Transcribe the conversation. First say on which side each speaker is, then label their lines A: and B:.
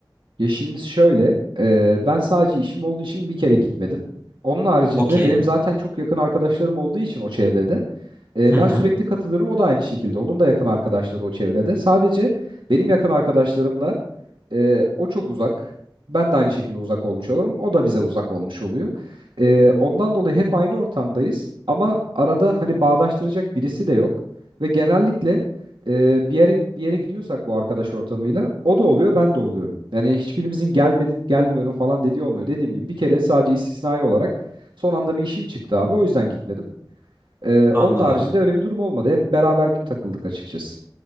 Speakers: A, on the right (about 75°); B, on the right (about 30°).
A: Ya şimdi şöyle, e, ben sadece işim olduğu için bir kere gitmedim. Onun haricinde
B: Okey.
A: benim zaten çok yakın arkadaşlarım olduğu için o çevrede, e,
B: Hı hı.
A: ben sürekli katılırım. O da aynı şekilde. Onun da yakın arkadaşları o çevrede. Sadece benim yakın arkadaşlarımla ee, o çok uzak. Ben de aynı şekilde uzak olmuş olurum. O da bize uzak olmuş oluyor. Ee, ondan dolayı hep aynı ortamdayız. Ama arada hani bağdaştıracak birisi de yok. Ve genellikle e, bir yere bir yere gidiyorsak bu arkadaş ortamıyla o da oluyor, ben de oluyorum. Yani hiçbirimizin gelmedi, gelmiyorum falan dediği olmuyor. Dediğim gibi bir kere sadece istisnai olarak son anda bir işim çıktı abi. O yüzden gitmedim. Ee,
B: Anladım.
A: onun haricinde öyle bir durum olmadı. Hep beraber takıldık açıkçası.